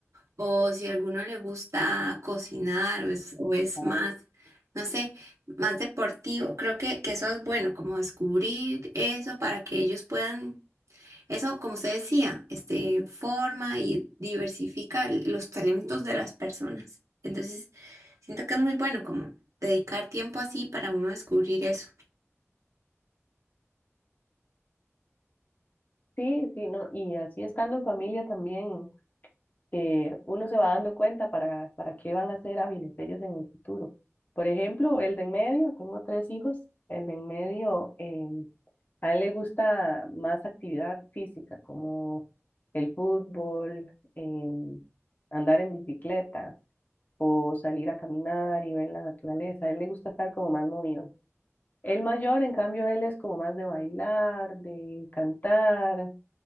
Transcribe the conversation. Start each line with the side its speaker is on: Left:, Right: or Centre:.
Right: O si a alguno le gusta cocinar o es, o es
Left: Ah,
Right: más, no sé, más deportivo, creo que, que eso es bueno, como descubrir eso para que ellos puedan, eso, como usted decía, este, forma y diversifica l- los talentos de las personas. Entonces, siento que es muy bueno como dedicar tiempo así para uno descubrir eso.
Left: sí, sí, no, y así estando en familia también. eh, uno se va dando cuenta para, para qué van a ser hábiles ellos en el futuro. Por ejemplo, el de en medio, tengo tres hijos, el de en medio, em, a él le gusta más actividad física, como el fútbol, em, andar en bicicleta o salir a caminar y ver la naturaleza. A él le gusta estar como más movido. El mayor, en cambio, él es como más de bailar, de cantar,